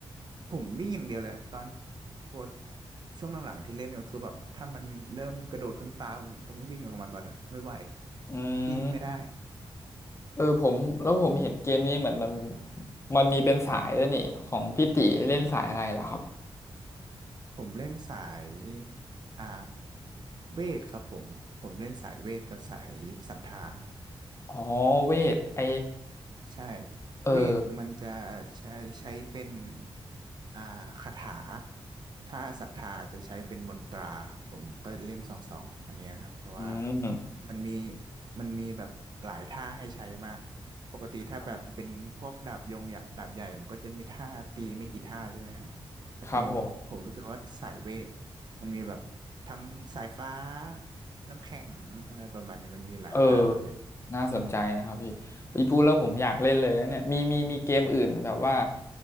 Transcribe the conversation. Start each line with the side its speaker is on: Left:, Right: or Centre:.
Right: ผมวิ่งอย่างเดียวเลยตอนโปรดช่วงหลังๆที่เล่นก็คือแบบถ้ามันเริ่มกระโดดขึ้นฟ้าผมต้องวิ่งออกมาก่อนอะไม่ไหว
Left: อื
Right: กิ้งไม่ได้
Left: มเออผมแล้วผมเห็นเกมนี้เหมือนมันมันมีเป็นสายด้วยนี่ของพี่ติเล่นสายอะไรล่ะครับ
Right: ผมเล่นสายอ่าเวทครับผมผมเล่นสายเวทกับสายศรัทธา
Left: อ๋อเวทไอ
Right: ใช่
Left: เออ
Right: เวทมันจะใช้ใช้เป็นอ่าคาถาถ้าศรัทธาจะใช้เป็นมนตราผมก็เล่นสองสองอันเนี้ยครับเพราะว่า
Left: อืม
Right: มันมีมันมีแบบหลายท่าให้ใช้มากปกติถ้าแบบเป็นพวกดาบยงดาบใหญ่มันก็จะมีท่าตีไม่กี่ท่าใช่ไหมครับถ้าเป็นผมรู้สึกว่าสายเวท
Left: อืมครับผม
Right: มันมีแบบทั้งสายฟ้าน้ำแข็งอะไรประมาณเนี้ยมันมีหลายท่ามากเลย
Left: เออ น่าสนใจนะครับพี่พี่พูดแล้วผมอยากเล่นเลยนะเนี่ยมี มีมีเกมอื่นแบบว่า